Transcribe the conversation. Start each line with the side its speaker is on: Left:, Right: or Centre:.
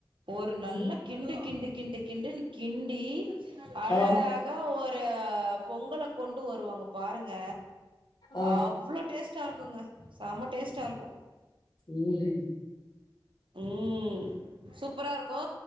Right: ஒரு நல்லாக்
Left: ம்
Right: கிண்டு கிண்டு கிண்டு கிண்டுனு கிண்டி அழக்
Left: ஆ
Right: கா ஒரு பொங்கல கொண்டு வருவாங்க பாருங்க
Left: ஆ
Right: அவ்ளோ டேஸ்ட் ஸ்டா இருக்குங்க செம்ம டேஸ்டாருக்கு
Left: ம்ஹும்
Right: ம் சூப்பரா இருக்கு